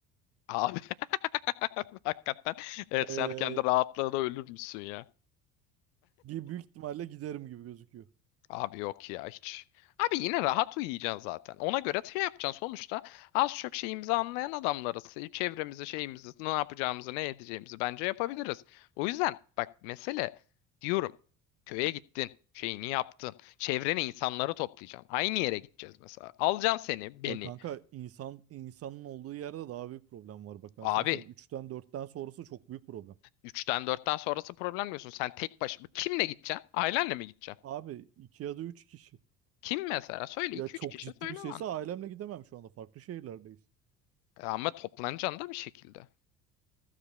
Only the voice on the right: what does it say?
Ee,
gi- büyük ihtimalle giderim gibi gözüküyor.
Ya kanka insan insanın olduğu yerde daha büyük problem var. Bak ben
sana söyleyeyim. üçten dörtten sonrası çok büyük problem.
Abi 2 ya da 3 kişi.
Ya
çok
ciddi
bir şeyse
ailemle gidemem şu anda. Farklı şehirlerdeyiz.